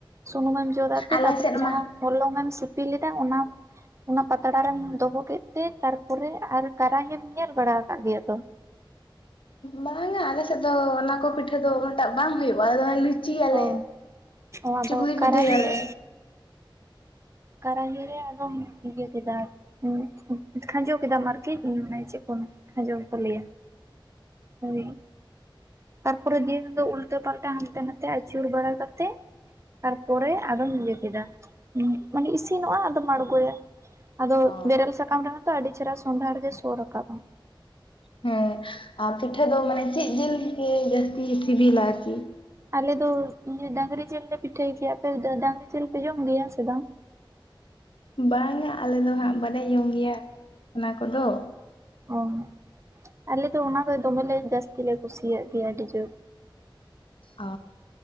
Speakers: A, on the right; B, on the left.
A: ᱥᱩᱱᱩᱢ ᱮᱢ ᱡᱷᱚᱛᱟᱜ ᱛᱮ
B: ᱟᱞᱮ
A: ᱛᱟᱯᱚᱨᱮ
B: ᱥᱮᱫ ᱢᱟ
A: ᱡᱟᱦᱟᱸ ᱦᱚᱞᱚᱝ ᱮᱢ ᱥᱤᱯᱤ ᱞᱮᱫᱟ ᱚᱱᱟᱢ ᱚᱱᱟ ᱯᱟᱛᱲᱟ ᱨᱮᱢ ᱫᱚᱦᱚ ᱠᱮᱫ ᱛᱮ ᱛᱟᱨᱯᱚᱨᱮ ᱟᱨ ᱠᱟᱨᱟᱦᱤᱢ ᱧᱮᱞ ᱵᱟᱲᱟ ᱟᱠᱟᱫ ᱜᱮᱭᱟ ᱛᱚ
B: ᱵᱟᱝᱟ ᱟᱞᱮ ᱥᱮᱫ ᱫᱚ ᱚᱱᱟ ᱠᱚ ᱯᱤᱴᱷᱟᱹ ᱫᱚ ᱩᱱᱟᱹᱜ ᱴᱟᱜ ᱵᱟᱝ ᱦᱩᱭᱩᱜᱼᱟ, ᱟᱫᱚ <unintelligible> ᱞᱩᱪᱤᱭᱟᱞᱮ
A: ᱚ ᱚ ᱟᱫᱚ
B: ᱪᱩᱜᱞᱤ
A: ᱠᱟᱨᱟᱦᱤ
B: ᱯᱤᱴᱷᱟᱹᱭᱟᱞᱮ
A: ᱨᱮ ᱠᱟᱨᱟᱦᱤ ᱨᱮ ᱟᱫᱚᱢ ᱤᱭᱟᱹ ᱠᱮᱫᱟ <unintelligible> ᱠᱷᱟᱸᱡᱚ ᱠᱮᱫᱟᱢ ᱟᱨᱠᱤ ᱢᱟᱱᱮ ᱪᱮᱫ ᱠᱚᱢ ᱠᱷᱟᱸᱡᱚ ᱜᱮ ᱠᱚ ᱞᱟᱹᱭᱟ ᱦᱳᱭ ᱛᱟᱨᱯᱚᱨᱮ ᱫᱤᱭᱟ ᱛᱮ ᱫᱚ ᱩᱞᱴᱟᱹ ᱯᱟᱞᱴᱟ ᱦᱟᱱᱛᱮ ᱱᱟᱛᱮ ᱟᱹᱪᱩᱨ ᱵᱟᱲᱟ ᱠᱟᱛᱮ, ᱛᱟᱨᱯᱚᱨᱮ ᱟᱨᱚᱢ ᱤᱭᱟᱹ ᱠᱮᱫᱟ ᱾ ᱢᱟᱱᱮ ᱤᱥᱤᱱᱚᱜᱼᱟ ᱟᱫᱚᱢ ᱟᱬᱜᱚᱭᱟ, ᱟᱫᱚ
B: ᱚ
A: ᱵᱮᱨᱮᱞ ᱥᱟᱠᱟᱢ ᱨᱮᱱᱟᱜ ᱛᱚ ᱟᱹᱰᱤ ᱪᱮᱦᱨᱟ ᱥᱚᱸᱫᱷᱟᱲ ᱜᱮ ᱥᱳ ᱨᱟᱠᱟᱵ ᱟ ᱾
B: ᱦᱮᱸ ᱟᱨ ᱯᱤᱴᱷᱟᱹ ᱫᱚ ᱢᱟᱱᱮ ᱪᱮᱫ ᱡᱤᱞ ᱜᱮ ᱡᱟᱹᱥᱛᱤ ᱥᱤᱵᱤᱞᱟ ᱟᱨᱠᱤ ᱾
A: ᱟᱞᱮ ᱫᱚ ᱤᱭᱟᱹ ᱰᱟᱹᱝᱨᱤ ᱡᱤᱞ ᱞᱮ ᱯᱤᱴᱷᱟᱹᱭ ᱜᱮᱭᱟ, ᱟᱯᱮ ᱰᱟᱹᱝᱨᱤ ᱡᱤᱞ ᱯᱮ ᱡᱚᱢ ᱜᱮᱭᱟ ᱥᱮ ᱵᱟᱝ?
B: ᱵᱟᱝᱟ ᱟᱞᱮ ᱫᱚ ᱦᱟᱸᱜ ᱵᱟᱞᱮᱭ ᱡᱚᱢ ᱜᱮᱭᱟ ᱚᱱᱟ ᱠᱚᱫᱚ ᱾
A: ᱚᱦᱚ ᱟᱞᱮ ᱫᱚ ᱚᱱᱟ ᱫᱚ ᱫᱚᱢᱮ ᱡᱟᱹᱥᱛᱤ ᱞᱮ ᱠᱩᱥᱤᱭᱟᱜ ᱜᱮᱭᱟ, ᱟᱹᱰᱤ ᱡᱳᱨ
B: ᱚᱻ,